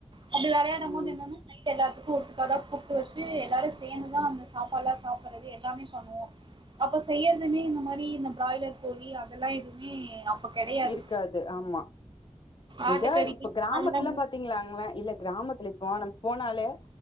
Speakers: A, on the right (about 45°); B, on the left (about 45°).
A: அப்படி விளையாடும்போது
B: ம்
A: என்னன்னா நைட் எல்லாத்துக்கு ஒட்டுகாதா கூப்ட்டு வச்சு எல்லாரு சேர்ந்துதா அந்த சாப்பாடு எல்லா சாப்புடுறது எல்லாமே பண்ணுவோ அப்ப செய்யறதுமே இந்த மாரி இந்த பிராய்லர் கோழி அதெல்லா எதுவுமே கெடையாது
B: இருக்காது ஆமா
A: ஆட்டுக்கறி
B: எதா இப்ப கிராமத்துல
A: நார்மலா
B: பார்த்தீங்ளாங்ளே இல்ல கிராமத்துல இப்போ நம் போனாலே